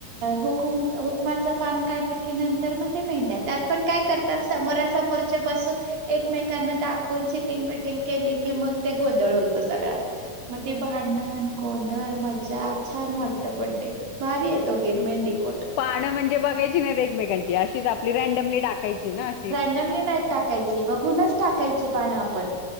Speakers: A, on the right; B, on the left.
A: हुकुम हुकमाचं पान काढलं की नंतर मग ते मेंढ्या त्यात पण काय करत्यात समोरासमोर चे बस एकमेकांना दा खून चिटिंग बिटिंग केली की मग ते गोंधळ होतो सगळा मग ती भांडण गोंधळ मज्जा छान वाटतं पण ते भारी आहे तो गेम मेंढीकोट
B: पानं म्हणजे बघायची नाहीत एकमेकांची अशीच आपली रँडमली टाकायची. ना अशी
A: रँडमली नाहीत टाकायची बघूनच टाकायची पानं आपण.